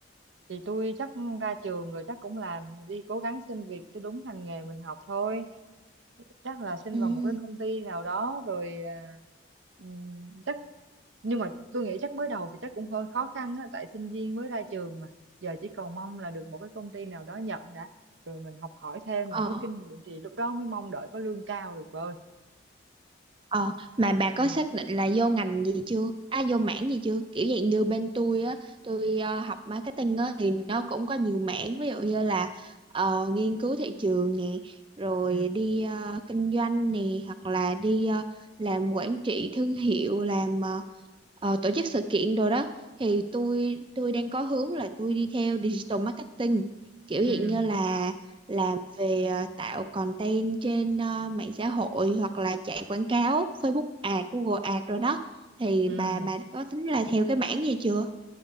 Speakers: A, on the right; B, on the right.
A: thì tôi chắc ra trường rồi chắc cũng làm đi cố gắng xin việc cho đúng ngành nghề mình học thôi chắc là xin
B: ừ
A: vào một cái công ty nào đó rồi à, ừm, chắc nhưng mà tôi nghĩ chắc mới đầu thì chắc cũng hơi khó khăn á tại sinh viên mới ra trường mà giờ chỉ cầu mong là được một cái công ty nào đó nhận đã rồi mình học hỏi thêm mình
B: ờ
A: có kinh nghiệm thì lúc đó mới mong đợi có lương cao được bơi
B: Ờ, mà bà có
A: ừ
B: xác định là vô ngành gì chưa? À, vô mảng gì chưa? Kiểu dạng như bên tôi á, tôi ờ, học marketing á thì nó cũng có nhiều mảng, ví dụ như là ờ, nghiên cứu thị trường nè, rồi
A: ừ
B: đi ờ, kinh doanh nè, hoặc là đi ờ, làm quản trị thương hiệu, làm ờ, ờ, tổ chức sự kiện đồ đó. Thì tôi tôi đang có hướng là tôi đi theo digital marketing, kiểu
A: ừ
B: dạng như là làm về ờ, tạo content trên ờ, mạng xã hội hoặc là chạy quảng cáo Facebook Ad, Google Ad rồi đó thì
A: ừ
B: bà bà có tính là theo cái mảng gì chưa?